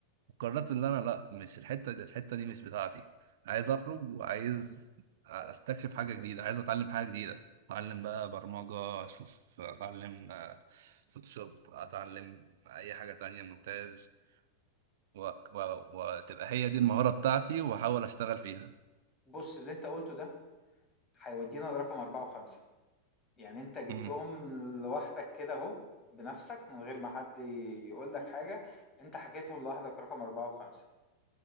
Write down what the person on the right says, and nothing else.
وقررت إن أنا لأ مش الحتة دي الحتة دي مش بتاعتي عايز أخرج وعايز أستكشف حاجة جديدة عايز أتعلم حاجة جديدة أتعلم بقى برمجة أشوف أتعلم آه، فوتوشوب أتعلم أي حاجة تانية مونتاج و... و... وتبقى هي دي المهارة بتاعتي واحاول اشتغل فيها
مم.